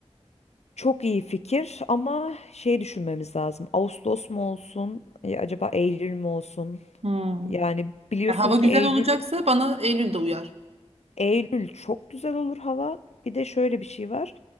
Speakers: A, on the left (about 80°); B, on the right (about 70°).
A: Çok iyi fikir ama şey düşünmemiz lazım. Ağustos mu olsun? Ya acaba Eylül mü olsun?
B: Hmm.
A: Yani biliyorsun
B: Ya hava güzel
A: ki Eylül
B: olacaksa bana Eylül'de uyar.
A: Eylül çok güzel olur hava. Bir de şöyle bir şey var.